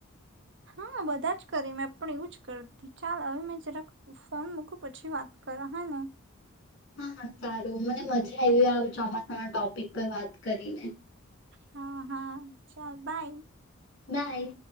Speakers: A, on the right; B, on the left.
A: હા બધા જ કરી મેં પણ એવું જ કરતી ચાલ હવે મેં જ રા ફોન મૂકું પછી વાત કર હેને
B: હા હા સારું મને મજા આવી આ ચોમાસાના ટોપિક પર વાત કરીને
A: હા હા ચાલ બાય
B: બાય